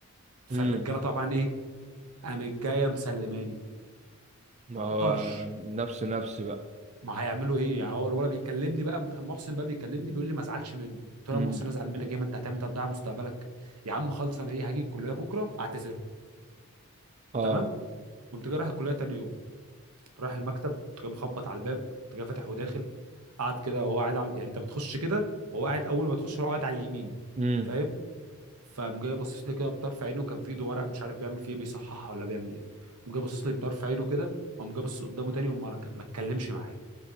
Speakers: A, on the right; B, on the right.
A: فالرجاله
B: امم
A: طبعا ايه قامت جايه مسلماني
B: ما
A: تقطرش
B: هو نفس نفسي بقى
A: ما هيعملوا ايه يعني هو الولد بيكلمني بقى متخ- محسن بقى بيكلمني بيقول لي ما ازعلش منه قلت له
B: امم
A: يا محسن ازعل منك ايه ما انت هتعمل تضيع مستقبلك يا عم خالص انا ايه هاجي الكليه بكره اعتذر له
B: اه
A: تمام قمت جاي رايح الكليه تاني يوم رايح المكتب جاي مخبط على الباب انت جاي فاتح وداخل قعد كده وهو قاعد على يعني انت بتخش كده هو قاعد اول ما تخش هو قاعد على اليمين
B: امم
A: فاهم فقام جاي باصص لي كده بطرف عينه كان في ايده ورق مش عارف بيعمل فيه ايه بيصححها ولا بيعمل ايه قام جاي باصص لي بطرف عينه كده وقام جاي باصص قدامه تاني وما رك- ما اتكلمش معايا